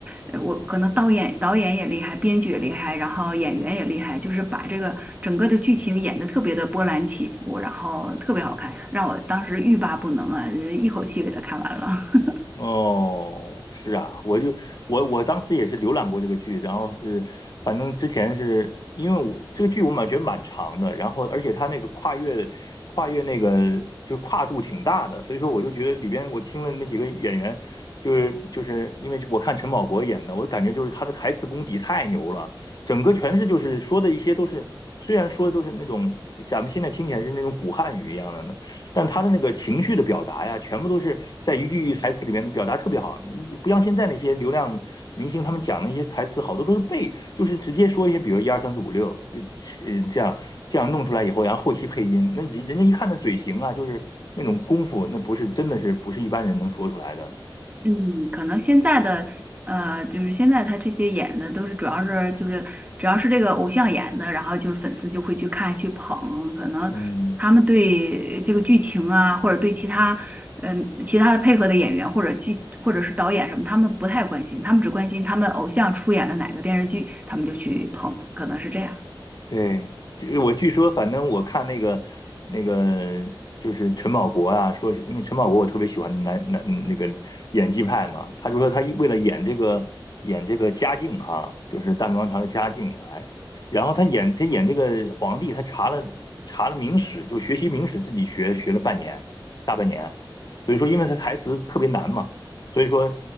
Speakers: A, on the right; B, on the left.
A: 呃，我可能导演导演也厉害，编剧也厉害，然后演员也厉害，就是把这个整个的剧情演得特别的波澜起伏，然后特别好看，让我当时欲罢不能啊，一口气给他看完了。<laughs>
B: 哦，是啊，我就我我当时也是浏览过这个剧，然后是反正之前是因为我这个剧我感觉蛮长的，然后而且它那个跨越跨越那个就跨度挺大的，所以说我就觉得里边我听了那几个演员，就是就是因为我看陈宝国演的，我感觉就是他的台词功底太牛了，整个全是就是说的一些都是虽然说都是那种咱们现在听起来是那种古汉语一样的呢。但他的那个情绪的表达呀，全部都是在一句台词里面表达特别好。你不像现在那些流量明星，他们讲那些台词好多都是背，就是直接说一些，比如一二三四五六，嗯，呃这样这样弄出来以后，然后后期配音，那人人家一看那嘴型啊，就是那种功夫，那不是真的是不是一般人能说出来的。
A: 嗯，可能现在的呃，就是现在他这些演的都是主要是就是主要是这个偶像演的，然后就是粉丝就会去看去捧，可能他们对这个剧情啊，
B: 嗯。
A: 或者对其他嗯、其他的配合的演员或者剧或者是导演什么，他们不太关心，他们只关心他们偶像出演了哪个电视剧，他们就去捧，可能是这样。
B: 对，就是我据说，反正我看那个那个就是陈宝国啊，说是因为陈宝国我特别喜欢那男男那个演技派嘛，他就说他一为了演这个演这个嘉靖哈、就是大明王朝的嘉靖，哎，然后他演他演这个皇帝，他查了查了明史，就学习明史，自己学学了半年大半年，所以说因为他台词特别难嘛，所以说。